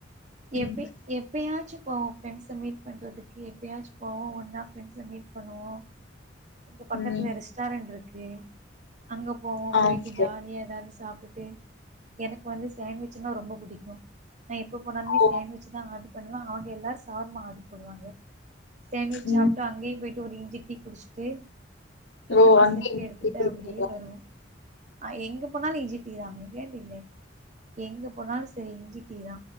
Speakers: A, on the left; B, on the right.
A: ம்
B: ஏபி ஏபி எப்பயாச்சும் போவோம் ஃபிரெண்ட்ஸ மீட் பண்றதுக்கு எப்பயாச்சு போவோம் ஒன்னா ஃபிரெண்ட்ஸ மீட் பண்ணுவோம் எங்க பக்கத்துல
A: ம்
B: ரெஸ்டாரண்ட் இருக்கு ஓகே அங்க போவோம்
A: ஆ
B: போயிட்டு
A: ஓகே
B: ஜாலியா ஏதாவது சாப்பிட்டுட்டு எனக்கு வந்து சேண்ட்விச்னா ரொம்ப பிடிக்கு நா எப்ப போனாலுமே
A: ஓ
B: சேண்ட்விச் தான் ஆர்டரு பண்ணுவ அவங்க எல்லாரு சவர்மா ஆர்டரு போடுவாங்க சண்ட்விச்
A: ம்
B: சாப்ட்டு அங்கயு போயிட்டு ஒரு இஞ்சி டீ குடிச்சுட்டு மொத்தமா
A: ஓ அங்கேயே
B: செல்ப்பி
A: இங்கேயே
B: எடுத்துட்டு
A: குடிப்பீங்களா?
B: அப்படியே வருவோ ஆஹ் எங்க போனாலு இஞ்சி டீ தா <unintelligible> எங்க போனாலு சரி இஞ்சி டீ தா